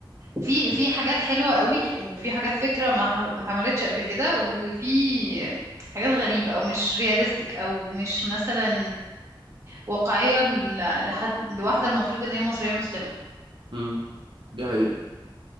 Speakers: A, on the right; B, on the right.
A: في في حاجات حلوه قوي وفي حاجات فكره ما ح- ما اتعملتش قبل كده وفي حاجات غريبه او مش رياليستيك او مش مثلا واقعيه ل- لحد لواحده المفروض ان هي مصريه مسلمه
B: مم. دي حقيقة